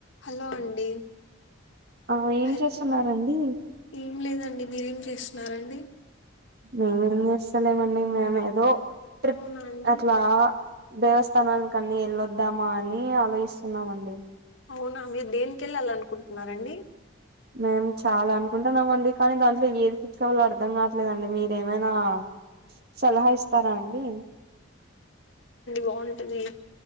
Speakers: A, on the left (about 70°); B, on the right (about 50°).
A: Hello అండి
B: ఆ ఏం
A: హల్
B: చేస్తున్నారండి
A: ఏం లేదాం డి మీరేం చేస్తున్నారండి?
B: మేమేం చేస్తలేమండి మేము ఏదో ట్రిప్
A: అవునా అండి
B: అట్లా దేవస్థానాలకన్ని వెల్ళొద్దామా అని ఆలోచిస్తున్నామ అండి.
A: అవునా మీరు దేనికేళ్ళాలనుకుంటున్నారండి?
B: మేము చాలా అనుకుంటున్నాం అండి. కానీ దాంట్లో ఏది ఫిక్స్ అవ్వాలో అర్ధం కాట్లేదండి మీ ఏమైనా సలహా ఇస్తారా అండి?
A: బావుంటది